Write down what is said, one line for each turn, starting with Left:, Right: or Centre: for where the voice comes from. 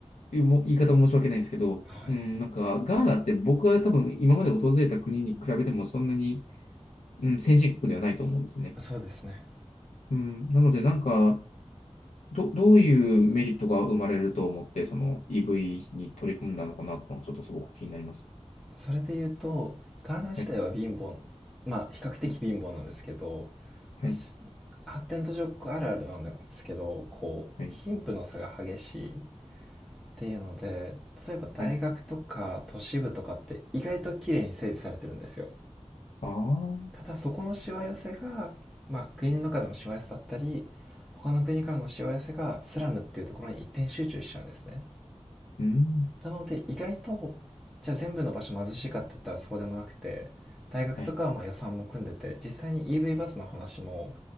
Left: もう言い方申し訳ないんですけど、
Centre: はい
Left: うん、なんか、ガーナって僕は多分今まで訪れた国に比べてもそんなに、うん、先進国ではないと思うんですね。
Centre: そうですね
Left: うん、なので、なんか、ど、どういうメリットが生まれると思って、その EV に取り組んだのかなとちょっとすごく気になります。
Centre: それで言うとガーナ自体は貧乏
Left: はい。
Centre: まあ比較的貧乏なんですけど、
Left: うん、はい。
Centre: まあ、発展途上国あるあるなんですけどこう貧富の差が激しいっ
Left: はい。
Centre: ていうので例えば大学とか都市部とかって意外と綺麗に整備されてるんですよ。
Left: はい。ああ。はい
Centre: ただそこのしわ寄せが、まあ、国の中でのしわ寄せだったり
Left: はい
Centre: 他の国からのしわ寄せがスラムっていうところに一点集中しちゃうんですね。
Left: うん。
Centre: なので意外とじゃあ全部の場所貧しいかって言ったらそうでもなくて大学とかはまあ予算も組んでて実際に
Left: はい。
Centre: EV バスの話も